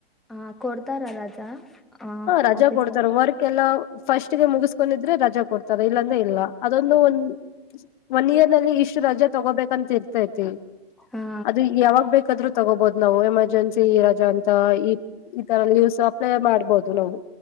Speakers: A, in the centre; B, on the left.
A: ಹ ಕೊಡ್ತಾರ ರಜಾ ಹ
B: ರಜಾ
A: ಆಫೀಸಲ್ಲಿ
B: ಕೊಡ್ತಾರ ವರ್ಕ್ ಎಲ್ಲ ಫಸ್ಟ್ಗೆ ಮುಗಿಸಕೊಂಡಿದ್ರೆ ರಜಾ ಕೊಡ್ತಾರ ಇಲ್ಲಾಂದ್ರೆ ಇಲ್ಲ ಅದೊಂದು ಒಂದ ಒನ್ ಇಯರ್ ನಲ್ಲಿ ಇಷ್ಟು ರಜಾ ತಗೋಬೇಕಂತ ಇರ್ತ ಆತತಿ
A: ಹಾ
B: ಅದು ಯಾವಾಗ ಬೇಕಾದ್ರು ತಗೋಬಹುದು ನಾವು ಎಮರ್ಜೆನ್ಸಿರಜಾ ಅಂತ ಈ ತರ ಲೀವ್ಸ್ ಅಪ್ಲೈ ಮಾಡ್ಬಹುದು ನಾವು